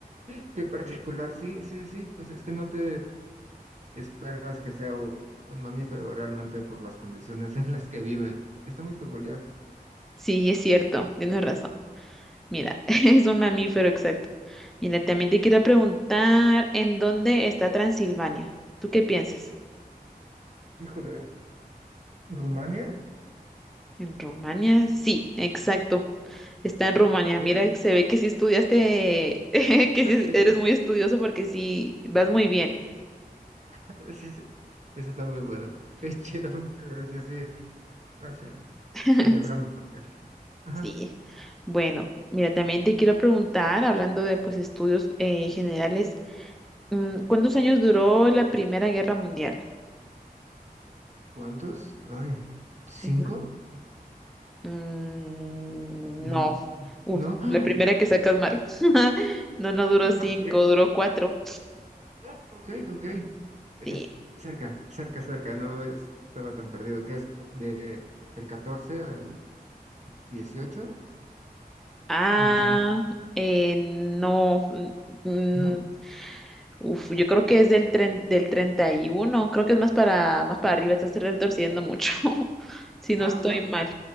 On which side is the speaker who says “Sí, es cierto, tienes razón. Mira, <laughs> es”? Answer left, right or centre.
Centre